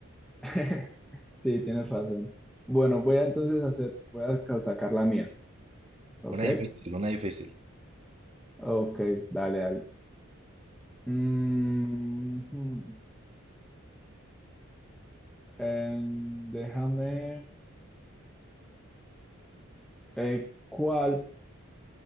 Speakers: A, in the centre; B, on the right (about 30°).
A: <laughs> Sí, tienes razón. Bueno, voy a entonces hacer, voy a ca- sacar la mía, ¿ok?
B: Una difícil, una difícil.
A: Ok, dale, dale. Mm, hmm, em, déjame, eh, ¿cuál?